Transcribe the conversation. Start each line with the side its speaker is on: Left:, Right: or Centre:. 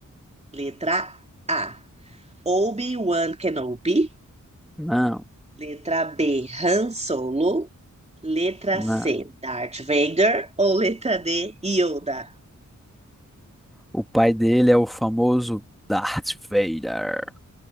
Right: Letra A, Obi-Wan Kenobi.
Centre: Não,
Right: Letra B, Han Solo. Letra
Centre: não.
Right: C, Darth Vader. Ou letra D, Yoda?
Centre: O pai dele é o famoso Darth Vader.